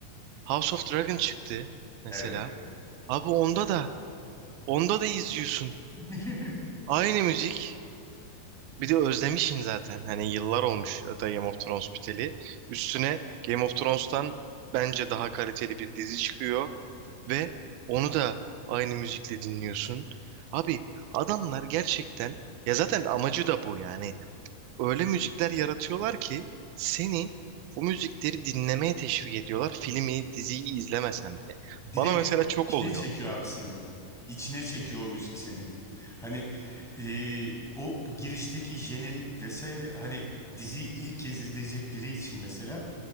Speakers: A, on the right; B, in the centre.
A: House of Dragon çıktı mesela.
B: evet
A: Abi onda da onda da izliyorsun.
B: <laughs>
A: Aynı müzik. Bir de özlemişsin zaten. Hani yıllar olmuş da Game of Thrones biteli. Üstüne Game of Thrones'tan bence daha kaliteli bir dizi çıkıyor. Ve onu da aynı müzikle dinliyorsun. Abi adamlar gerçekten ya zaten amacı da bu yani. Öyle müzikler yaratıyorlar ki seni o müzikleri dinlemeye teşvik ediyorlar. Filmi, diziyi izlemesen bile.
B: Direkt
A: Bana mesela çok
B: içine
A: oluyor.
B: çekiyor abi seni. İçine çekiyor o müzik seni. Hani eee, o girişteki jenerik vesaire hani diziyi ilk kez izleyecek biri için mesela